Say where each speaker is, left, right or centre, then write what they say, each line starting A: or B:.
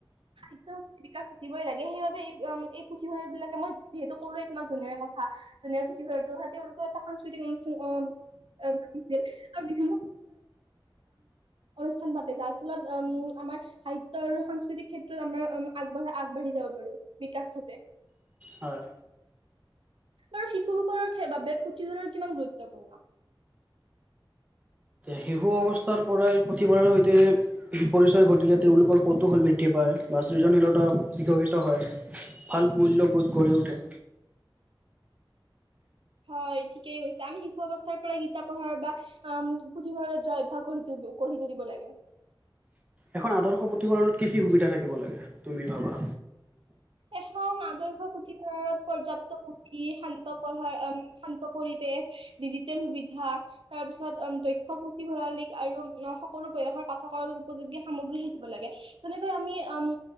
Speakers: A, on the right (about 80°); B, on the right (about 15°).
A: সাহিত্য বিকাশ দিবই লাগে। সেইবাবে এই, এই পুথিভঁৰাল বিলাকে মই যিহেতু কলোৱেই তোমাক ধুনীয়া কথা। জুনে পুথিভ তো, তেওঁলতো এটা সাংস্কৃতিক অনুষ্ঠান অছিল। আৰু বিভিন্ন অনুষ্ঠান পাতে, যাৰ ফলত উম, আমাৰ সাহিত্যৰয আৰু সাংস্কৃতিক ক্ষেত্ৰত আমাৰ উম আগবঢ় আ বাঢ়ি যাব পাৰে, বিকাশক ঘতে।
B: হয়।
A: আৰু শিশুসকলৰ বাবে পুথিঁভৰাল কিমান গুৰুত্বপূৰ্ণ।
B: শিশু অৱস্থাৰ পৰাই পুথিভঁৰালৰ সৈতে পৰিচয় ঘটিলে, তেওঁলোকৰ কৌতুহল বৃদ্ধি পায় বা সৃজনশীলতা বিকশিত হয়। ভাল মূল্যবোধ গঢ়ি উঠে।
A: হয় ঠিকেই কৈছে, আমি শিশু অৱস্থাৰ পৰা কিতাপ পঢ়াৰ বা উ, পুথিভঁৰা জভ্যাস কৰি তুল গঢ়ি তুলব লাগে।
B: এখন আদৰ্শ প্ৰতিুফলনত কি, কি, সুবিধা থাকিব লাগে, তুমি ভাবা।
A: এখন আদৰ্শ পুথিভঁৰাল পৰ্যাপ্ত পুথি শান্ত পঢ়াৰ এনে, শান্ত পৰিৱেশ ডিজিটেল সুবিধা। তাৰ পিছত দক্ষ পুথিভঁৰালিক আৰু সকলো বয়সৰ পাঠকৰ উপযোগী সামগ্ৰী থাকিব লাগে। যেনেকৈ আমি আম